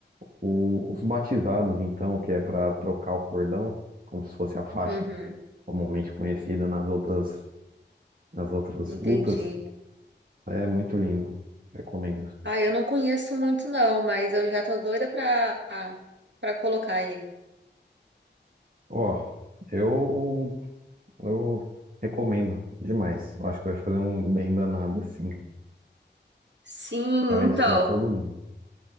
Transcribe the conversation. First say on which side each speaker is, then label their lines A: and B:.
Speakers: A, on the right; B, on the right.
A: o- os batizados, então, que é para trocar o cordão, como se fosse a faixa
B: Uhum.
A: comumente conhecida nas outras, nas outras
B: Entendi.
A: lutas, é muito lindo, recomendo.
B: Ah, eu não conheço muito não, mas eu já tô doida pra, pra colocar ele.
A: Ó, eu, eu recomendo demais, eu acho que vai fazer um bem danado, assim,
B: Sim,
A: faz
B: então.
A: para todo mundo.